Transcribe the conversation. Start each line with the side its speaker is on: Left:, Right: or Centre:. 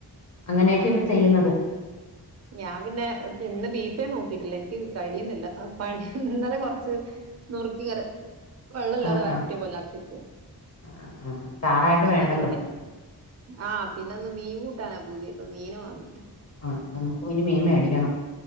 Left: അങ്ങനെയൊക്കെ
Right: ആ
Left: ഇപ്പ ചെയ്യ്ന്നത്.
Right: ഞാൻ പിന്നെ ഇന്ന് ബീഫേനോക്കിട്ടില്ല എനിക്ക് കഴിയ്ന്നില്ല പണി ഇന്നലെ കൊറച്ച് നുറുക്കിങ്ങനെ വെള്ളല്ലാതെ
Left: ആ
Right: വരട്ടിയപോലാക്കിച്ച്
Left: ആ ആ ആ ചാറായിട്ട്
Right: ഇന്നതൊണ്ട്
Left: വേണ്ടല്ലോ
Right: പിന്നെ. ആഹ് പിന്നെ ന്ന് മീൻ കൂട്ടാനാപൂതി പ്പ മീന് വാങ്ങി.
Left: ആഹ് നമുക്കും നി മീൻ മേടിക്കണം